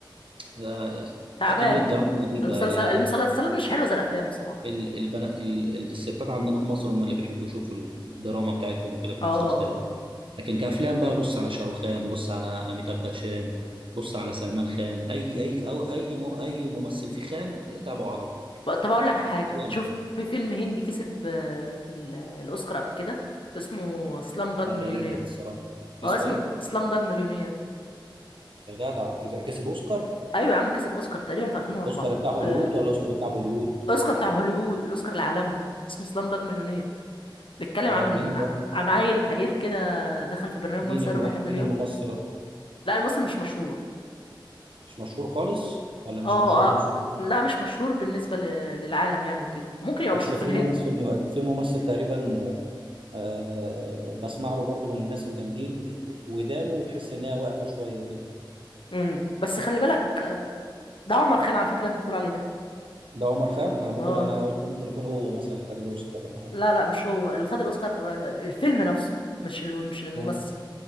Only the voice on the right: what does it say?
آه،
فيها كميه دراما غريبه
آه،
ال- البنا ال- ال- الستات عندنا في مصر هم اللي بيحبوا يشوفوا الدراما بتاعتهم وكده في
المسلسلات
لكن كافلام بقى بص على شاروخان بص على اميتاب باتشان بص على سلمان خان اي اي او اي م- اي ممثل في خان تابعه على طول
جامد
آه،
غريبه دي الصراحه
اسمه
ايه
يا جدع كس- كسب اوسكار
اوسكار بتاع هوليوود
ولا اوسكار بتاع بوليوود
اه
مين ده
مين
الم...
مين الممثل
مش مشهور خالص ولا مش
مشهور
نص نص
اصل
في
ممثل في ممثل تقريبا آه، بسمع له برضو من الناس الجامدين ودانه وتحس ان هي واقفه شويه كده
ده عمر خان ما ممكن
انا قلت ممكن يكون هو مثلا اللي خد الاوسكار ولا حاجه
مم.